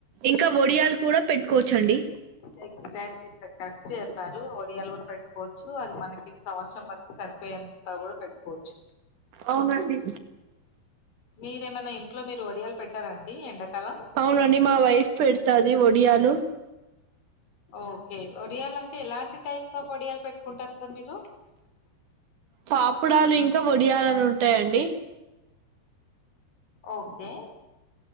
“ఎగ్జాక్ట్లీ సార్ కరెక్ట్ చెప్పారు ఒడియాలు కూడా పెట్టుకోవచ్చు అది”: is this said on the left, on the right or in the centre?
Left